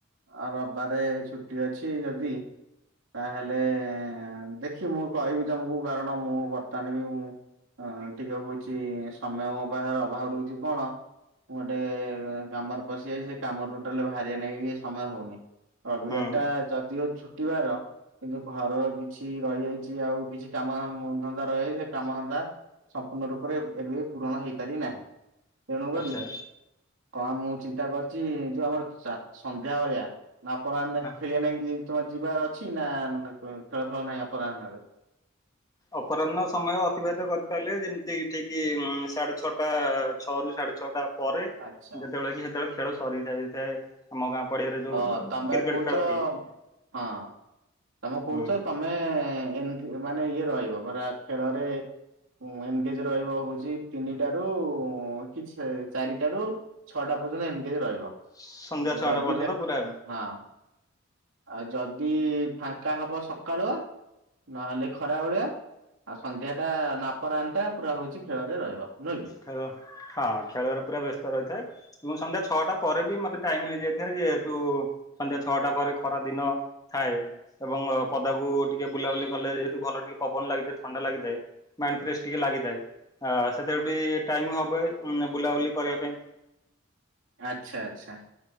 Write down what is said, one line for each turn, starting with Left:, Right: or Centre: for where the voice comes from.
Right: ଆଉ ରବିବାରେ ଛୁଟି ଅଛି ଯଦି ତାହେଲେ ଦେଖି ମୁଁ କହିବି ତମକୁ କାରଣ ମୁଁ ବର୍ତ୍ତମାନ ବି ମୁଁ ଅ ଟିକେ ହଉଛି ସମୟ ମୋ ବାହହାର ଅଭାବ ରହୁଛି କଣ ମୁଁ ଗୋଟେ କାମରେ ପଶିଯାଇଛି ସେ କାମରରୁୁ ଟୋଟାଲ ଭାରିଆ ନେଇକି ସମୟ ହଉନି ରବିବାର
Left: ହଁ
Right: ଟା ଯଦିଓଉ ଛୁଟିବାର କିନ୍ତୁ ଘରର କିଛି ରହିଯାଇଛି ଆଉ କିଛି କାମ ଧନ୍ଦା ରହିଯାଇଛି ସେ କାମ ଧନ୍ଦା ସମ୍ପୂର୍ଣ୍ଣ ରୂପରେ ଏବେ ପୂରଣ ହେଇପାରି ନାହିଁ। ତେଣୁ କରି
Left: ଆଚ୍ଛା
Right: କଣ ମୁଁ ଚିନ୍ତା କରିଛି ଯୋଉ ଆମର ସନ୍ଧ୍ୟା ଭଳିଆ ନା ଆପଣେ
Left: ହଁ।
Right: ଖେଳିବା ନେଇ ତମର ଯିବାର ଅଛି ନା ଖେଳ ଫେଳ ନାହିଁ ଅପରାହ୍ନ ରେ?
Left: ଅପରାହ୍ନ ସମୟ ଅତିବାହିତ କରିପାରିଲେ ଯେମିତି ଏଠିକି ସାଢେ ଛଅଟା ଛଅ ରୁ ସାଢେ ଛଅଟା ପରେ
Right: ଆଚ୍ଛା
Left: ଯେତେବେଳେ କି ସେତେବେଳେ ଖେଳ ସରି ସାଇଥାଏ ଆମ ଗାଁ ପଡିଆରେ ଯୋଉ
Right: ଅ ତମେ
Left: କ୍ରିକେଟ
Right: କହୁଛ
Left: ଖେଳଟି
Right: ହଁ ତମେ କହୁଛ
Left: ହୁଁ
Right: ତମ ଆମେ ଏ ମାନେ ଇଏ ରହିବ ପରା ଖେଳରେ ଏନଗେଜ ରହିବ ହଉଛି ତିନିଟାରୁ କିଛି ଚାରିଟାରୁ ଛଅଟା ପର୍ଯ୍ୟନ୍ତ ଏନ୍ଗେଜ ରହିବ?
Left: ସଂନ୍ଧ୍ୟା ଛଅ
Right: ଯଦି
Left: ଟା ପର୍ଯ୍ୟନ୍ତ
Right: ଦେଖ
Left: ପୁରା
Right: ହଁ। ଆଉ ଯଦି ଫାଙ୍କା ହବ ସକାଳୁଆ ନହେଲେ ଖରା ବେଳିଆ ଆଉ ସନ୍ଧ୍ୟା ଟା ନାପରାଣ ଟା ପୁରା ହଉଛି ଖେଳରେ ରହିବ ନୁହଁ କି?
Left: ଖେଳ ହଁ ଖେଳରେ ପୁରା ବ୍ୟସ୍ତ ରହିଥାଏ। ଏବଂ ସନ୍ଧ୍ୟା ଛଅଟା ପରେ ବି ମତେ ଟାଇମ ମିଳିଯାଇଥାଏ ଯେହେତୁ ସନ୍ଧ୍ୟା ଛଅଟା ପରେ ଖରା ଦିନ ଥାଏ ଏବଂ ପଦାକୁୁ ଟିକେ ବୁଲାବୁଲି କଲେ ଯେହେତୁ ଭଲ ଟିକେ ପବନ ଲାଗିଥାଏ ଥଣ୍ଡା ଲାଗିଥାଏ ମାଇଣ୍ଡ ଫ୍ରେଶ୍ ଟିକେ ଲାଗିଥାଏ। ସେବେ ବି ଟାଇମ ହବ ବୁଲାବୁଲି କରିବା ପାଇଁ
Right: ଆଚ୍ଛା ଆଚ୍ଛା।